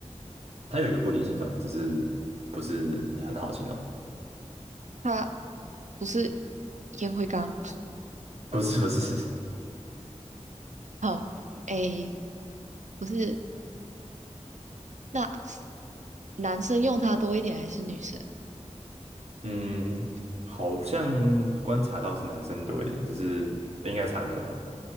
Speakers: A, on the right; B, on the right.
A: 它有一个固定形状，只是不是很好形容，
B: 它不是烟灰缸。
A: 不是不是。
B: 好，诶，不是，那男生用它多一点还是女生？
A: 嗯，好像观察到是男生多一点，只是应该差不多了。